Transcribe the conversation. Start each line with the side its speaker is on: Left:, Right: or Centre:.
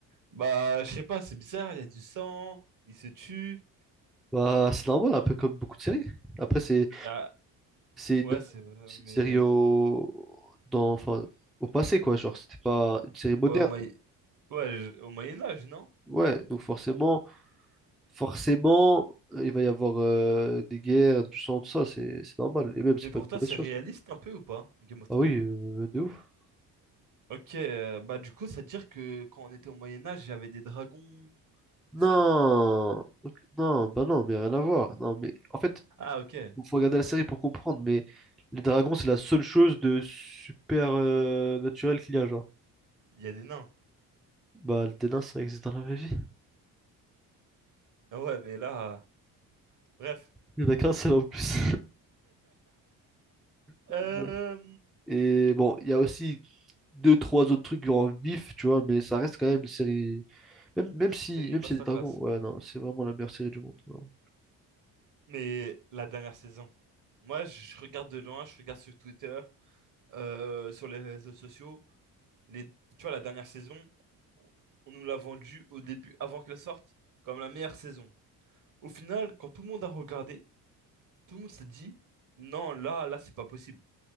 Right: Bah, je sais pas, c'est bizarre, il y a du sang, il se tue.
Centre: bah, c'est normal, un peu comme beaucoup de séries. Après, c'est
Right: Ah,
Centre: c'est une,
Right: ouais, c'est vrai,
Centre: c'est
Right: mais.
Centre: une série au, dans, enfin, au passé, quoi. Genre, c'était pas une série moderne.
Right: Ouais, au, Moyen- ouais, je- au Moyen-Âge, non?
Centre: Ouais, donc forcément, forcément, il va y avoir euh, des guerres, du sang, tout ça, c'est c'est normal. Et même, c'est
Right: Mais
Centre: pas
Right: pour
Centre: une
Right: toi,
Centre: mauvaise
Right: c'est
Centre: chose.
Right: réaliste un peu ou pas, Game of
Centre: Ah
Right: Thrones?
Centre: oui, euh, de ouf.
Right: Ok, euh, bah, du coup, ça veut dire que quand on était au Moyen-Âge, il y avait des dragons, c'est
Centre: Non,
Right: ça?
Centre: ok, non, bah non, mais rien à voir. Non, mais en fait,
Right: Ah, ok, il
Centre: Bon, faut regarder la série pour comprendre, mais les dragons, c'est la seule chose de super euh, naturel qu'il y a, genre.
Right: y a des nains.
Centre: Bah, le dédain, ça existe dans la vraie vie.
Right: Ah Ouais, mais là. euh, Bref.
Centre: Il y en a qu'un seul en plus. <laughs>
Right: Euh...
Centre: Et bon, il y a aussi deux, trois autres trucs en vif, tu vois, mais ça reste quand même une série. Même, même si,
Right: C'est
Centre: même
Right: une masterclass.
Centre: si y a des dragons, ouais, non, c'est vraiment la meilleure série du monde. vraiment.
Right: Mais la dernière saison. Moi, je regarde de loin, je regarde sur Twitter, euh, sur les réseaux sociaux. les, tu vois, la dernière saison, on on nous l'a vendue au début, avant qu'elle sorte, comme la meilleure saison. Au final, quand tout le monde a regardé, tout le monde s'est dit, non, là, là, c'est pas possible.